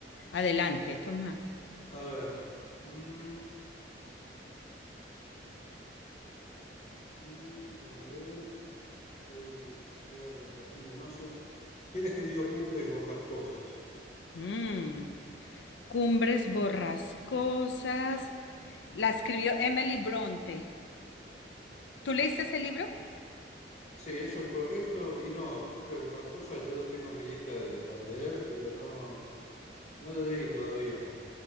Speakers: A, on the left (about 85°); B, on the left (about 40°).
A: Adelante, Tomás.
B: A ver. mm, mm, déjame ver. Estoy acá a partir de mayo. ¿Quién escribió Cumbres Borrascosas?
A: Mm, Cumbres borrascosas. La escribió Emily Bronte. ¿Tú leíste ese libro?
B: Sí, eso es correcto. Y no, Cumbres Borrascosas yo lo tengo en mi lista de- para leer, pero no, no lo leí todavía.